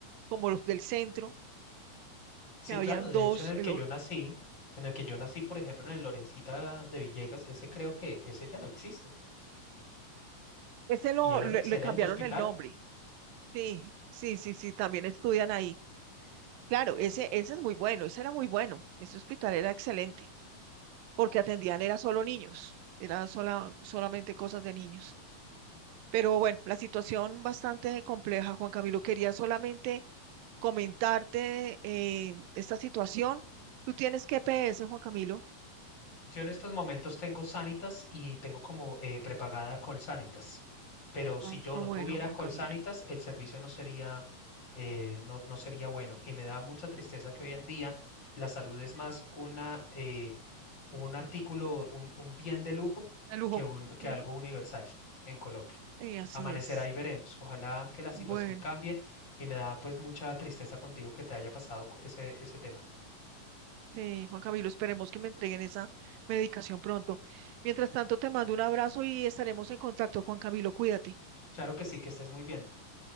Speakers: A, on the right (about 85°); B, on the left (about 30°).
A: como los del centro,
B: Sí,
A: que habían
B: claro, de
A: dos,
B: hecho en el
A: el,
B: que yo nací, en el que yo nací, por ejemplo, en el Lorencita de Villegas, ese creo que ese ya no existe
A: ese lo,
B: y era
A: le
B: un excelente
A: le cambiaron
B: hospital.
A: el nombre Sí, sí, sí, sí, también estudian ahí. Claro, ese, ese es muy bueno, ese era muy bueno, ese hospital era excelente, porque atendían era solo niños, era sola, solamente cosas de niños. Pero bueno, la situación bastante compleja, Juan Camilo, quería solamente comentarte eh, esta situación. Tú tienes GPS, Juan Camilo.
B: Yo en estos momentos tengo Sanitas y tengo como eh, prepagada Colsanitas, pero si
A: Ah,
B: yo
A: bueno,
B: no tuviera
A: Juan
B: Colsanitas,
A: Camilo.
B: el servicio no sería, eh, no, no sería bueno y me da mucha tristeza que hoy en día la salud es más una, eh, un artículo, un, un bien de lujo
A: De lujo.
B: que, un- que
A: Ujú,
B: algo universal en Colombia.
A: Sí, así
B: Amanecerá
A: es.
B: y veremos. Ojalá que la situación
A: Bueno.
B: cambie y me da pues mucha tristeza contigo que te haya pasado cu- ese, ese tema.
A: Eh, Juan Camilo, esperemos que me entreguen esa medicación pronto. Mientras tanto, te mando un abrazo y estaremos en contacto, Juan Camilo, cuídate.
B: Claro que sí, que estés muy bien.